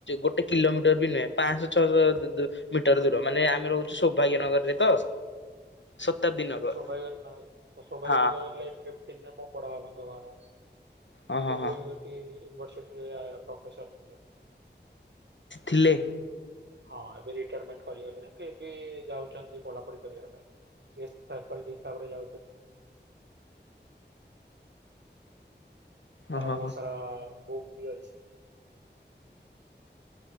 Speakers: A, on the left; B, on the right.
A: ଗୋଟେ କିଲୋମିଟର ବି ନୁହେଁ ପାଆଁଶ ଛଅଶଦୁ ମିଟର ଦୂର ମାନେ ଆମେ ରହୁଚୁ ସୌଭାଗ୍ୟ
B: ଆଚ୍ଛା
A: ନଗରରେ ତ ଶତାବ୍ଦୀ ନଗର।
B: <unintelligible> ତ ଶୋଭାଗ୍ୟ
A: ହଁ
B: ନଗର ଲାଇନ ଫିପଟିନ୍ ରେ ମୋ ବଡ଼ବାପା ଙ୍କ ଘର ସେ।
A: ହଁ
B: <unintelligible>
A: ହଁ ହଁ।
B: ର୍ସିଟି ଇନଭରସିଟରେ ପ୍ରଫେସର ଥିଲେ।
A: ଥିଲେ?
B: ହଁ ଏବେ ରିଟାୟାରମେଣ୍ଟ କରିଗଲେଣି ଫେ ବି ଯାଉଚ ନ୍ତି ପଢାପଢି କରିବା ପାଇଁ। <unintelligible> କଟକ <unintelligible> ତାଙ୍କର
A: ଓହୋ
B: ବୋହୁତ
A: ହୋ।
B: ସାରା ବୁକ୍